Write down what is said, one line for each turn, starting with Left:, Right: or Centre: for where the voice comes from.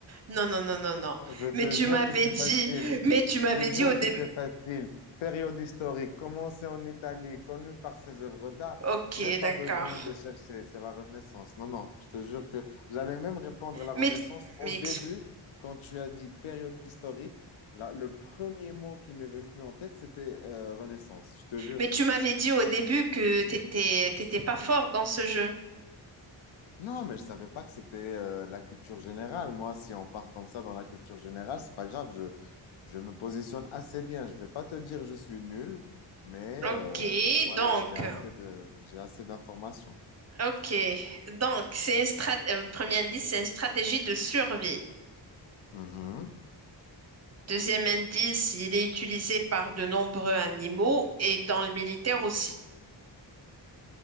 Right: Non, non, non, non, non.
Left: Moi, je te
Right: Mais tu
Left: jure
Right: m'avais
Left: que c'est
Right: dit,
Left: facile.
Right: mais tu m'avais
Left: Je jure
Right: dit au début.
Left: que c'est facile. Période historique, commencée en Italie, connue par ses œuvres d'art.
Right: Ok,
Left: Même pas
Right: d'accord.
Left: besoin de chercher, c'est la Renaissance. Non, non, je te jure que j'allais même répondre à la Renaissance
Right: Mais,
Left: au
Right: mais,
Left: début,
Right: ex-
Left: quand tu as dit période historique. là, le premier mot qui m'est venu en tête, c'était euh, Renaissance, je te jure.
Right: mais tu m'avais dit au début que t'étais, t'étais pas fort dans ce jeu.
Left: Non, mais je savais pas que c'était euh, la culture générale. Moi, si on part comme ça dans la culture générale, c'est pas grave. Je, je me positionne assez bien. Je vais pas te dire je suis nul, mais
Right: Ok,
Left: euh, voilà,
Right: donc,
Left: j'ai assez de, j'ai assez d'informations.
Right: ok, donc c'est une strat- euh, premier indice, c'est une stratégie de survie.
Left: Mhm.
Right: Deuxième indice, il est utilisé par de nombreux animaux et dans le militaire aussi,